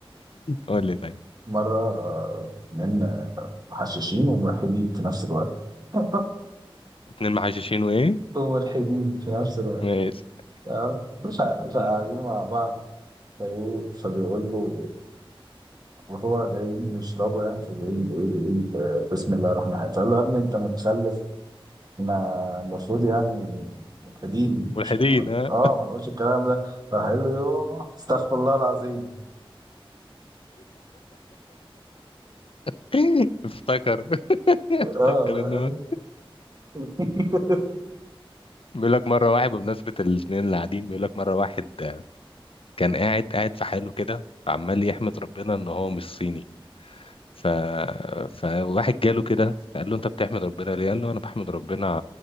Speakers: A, on the left (about 70°); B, on the right (about 45°).
A: قول لي طيب
B: مرة آه، اتنين آه، محششين وملحدين في نفس الوقت <laughs>
A: اتنين محششين وايه
B: وملحدين في نفس الوقت
A: ماشي
B: تمام فق- فقاعدين
A: <laughs>
B: مع بعض فايه فبيقول له وهو جايين نشربه يعني فبيقول له ايه بيقول آه، بسم الله الرحمن الرحيم فقال له يا ابني انت متخلف احنا المفروض يعني ملحدين
A: ملحدين
B: مش-
A: ها
B: اه ما نقولش الكلام ده راح قال له يوه استغفر الله العظيم
A: <laughs> افتكر افتكر
B: اه
A: ان هو
B: <laughs>
A: بيقول لك مره واحد بمناسبه الاثنين اللي قاعدين بيقول لك مره واحد آه، كان قاعد قاعد في حاله كده عمال يحمد ربنا ان هو مش صيني ف... فواحد جاله كده قال له انت بتحمد ربنا ليه قال له انا بحمد ربنا